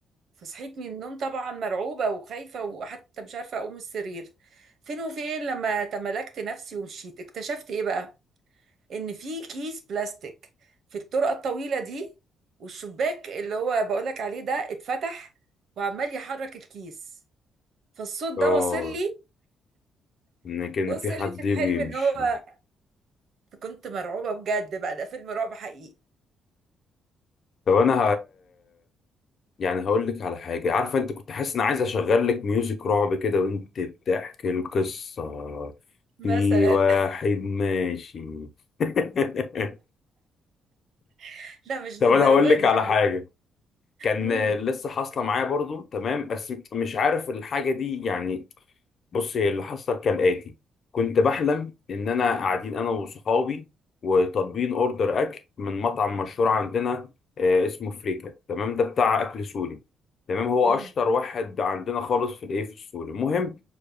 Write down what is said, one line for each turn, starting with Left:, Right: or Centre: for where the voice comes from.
Right: فصحيت من النوم طبعا مرعوبة وخايفة وحتى مش عارفة أقوم من السرير فين وفين لما تملكت نفسي ومشيت اكتشفت إيه بقى إن في كيس بلاستيك في الطرقة الطويلة دي والشباك اللي هو بقولك عليه ده اتفتح وعمال يحرك الكيس فالصوت
Left: اه
Right: ده وصل لي
Left: ان كان
Right: وصل
Left: في حد
Right: لي في
Left: بيمشي
Right: الحلم إن هو فكنت مرعوبة بجد بقى ده فيلم رعب حقيقي
Left: طب انا يعني هقول لك على حاجة عارفة انت كنت حاسس ان عايز اشغل لك ميوزك رعب كده وانت بتحكي القصة
Right: مثلا
Left: في واحد ماشي <laughs>
Right: <laughs> لا مش
Left: طب
Right: للدرجة
Left: انا هقول لك
Right: دي
Left: على
Right: يعني
Left: حاجة كان
Right: امم
Left: لسه حاصلة معايا برضو تمام بس مش عارف الحاجة دي يعني بص هي اللي حصل كالآتي كنت بحلم إن أنا قاعدين أنا وصحابي وطالبين أوردر أكل من مطعم مشهور عندنا آه، اسمه فريكا تمام ده بتاع أكل سوري تمام هو
Right: امم
Left: أشطر واحد عندنا خالص في الإيه في السوري المهم